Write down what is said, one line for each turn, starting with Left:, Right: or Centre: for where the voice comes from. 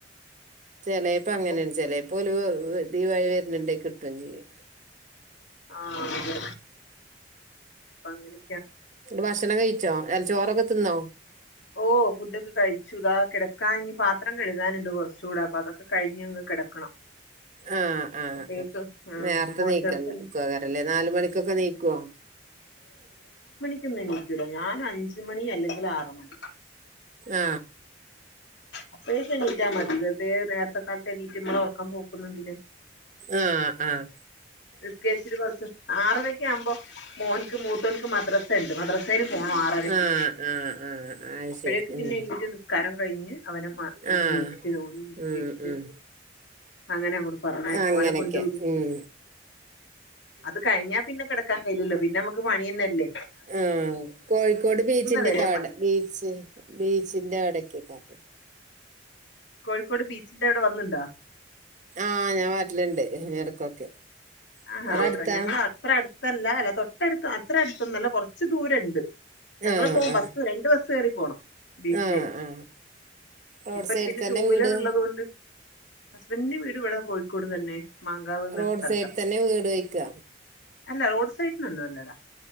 Right: ചെലപ്പ അങ്ങനെയണ്ട്
Left: അപ്പൊ
Right: ചെലപ്പോല നീവഴി വരരുന്നുണ്ടെ കിട്ടുകയും ചെയ്യും
Left: ആ അതെ അങ്ങനെ
Right: ഭക്ഷണം കഴിച്ചോ അല്ല ചോറൊക്കെ തിന്നോ
Left: ഓ ഫുഡൊക്കെ കഴിച്ചു ഇതാ കിടക്കാൻ പാത്രം കഴുകാനുണ്ട് കുറച്ചൂടെ അപ്പൊ അതൊക്കെ കഴിഞ്ഞ് കിടക്കണം
Right: ആ ആ
Left: അപ്പേക്ക്
Right: ആ
Left: ആഹ്
Right: നേരത്തെ
Left: മോ
Right: നീക്കണ്ടല്ലേ
Left: ചെറുതിന്
Right: നാല് മണിക്കൊക്കെ നീക്കുവോ
Left: ക്കൊന്നും എണീക്കൂല ഞാൻ അഞ്ച് മണി അല്ലെങ്കിൽ ആറ് മണി
Right: ആ
Left: അപ്പഴേക്കും എണീറ്റാ മതി വെറുതെ നേരത്തെ കാലത്ത് എണീറ്റ് നമ്മളെ ഉറക്കം പോക്കുന്നെന്തിനാ
Right: ആഹ് ആഹ്
Left: നിസ്കരിച്ചിട്ട് കുറച്ച് ആറരക്കൊ ആവുമ്പോ മോ മൂത്തോൻക്ക് മദ്രസ ഉണ്ട് മദ്ര സേല് പോണം ആറരക്ക്
Right: ആഹ് ആഹ് ആഹ് അത്
Left: അപ്പോഴേക്ക്
Right: ശരി ഉം
Left: പിന്നെ എനിക്ക് നിസ്കാരം കഴിഞ്ഞ് അവനെ മാ
Right: ആഹ്
Left: എണീപ്പിച്ച് തോന്നികരിച്ച്
Right: ഉം ഉം
Left: അങ്ങനെ അങ്ങട് പറഞ്ഞയക്കും
Right: അങ്ങനെയൊക്കെ
Left: അവനെ കൊണ്ടവിടും
Right: ഉം
Left: അത് കഴിഞ്ഞാ പിന്നെ കിടക്കാൻ കഴിയുല്ലോ പിെ പിന്നെ നമക്ക് പണി തന്നല്ലേ
Right: ആ കോഴിക്കോട് ബീച്ചിന്റെക്കെ
Left: വരെ
Right: അവിടെ
Left: പണി
Right: ബീച്ച് ബീച്ചിന്റെ അവിടക്കക്കായിട്ട്
Left: കോഴിക്കോട് ബീച്ചിന്റെ അവിടെ വന്നിട്ടുണ്ടാ
Right: ആ ഞാൻ വരലുണ്ട് ഇടക്കൊക്കെ
Left: ആഹാ
Right: അവിടെ അടുത്താ
Left: ഞങ്ങള് അത്ര അടുത്തല്ല അല്ല തൊട്ട തൊട്ടടുത്ത അത്ര അടുത്തൊന്നല്ല കുറച്ച് ദൂരം ഉണ്ട് ഞങ്ങള്
Right: ആ
Left: പോവും
Right: ആ
Left: ബസ് രണ്ട് ബസ് കേറി പോണം ബീച്ചിലേക്ക്
Right: ആ ആ റോഡ്
Left: ഇപ്പ
Right: സൈഡിൽ
Left: പിന്നെ
Right: തന്നെ
Left: ടു
Right: വീട്
Left: വീലർ ഉള്ളത് കൊണ്ട് ഹസ്ബൻഡിന്റെ വീട് ഇവിടെ കോഴിക്കോട് തന്നെ മാങ്കാവ് ന്ന
Right: റോഡ്
Left: സ്ഥ
Right: സൈഡിൽ തന്നെ വീട് വയ്ക്കുക
Left: അല്ല റോഡ് സൈഡിലൊന്നും അല്ലടാ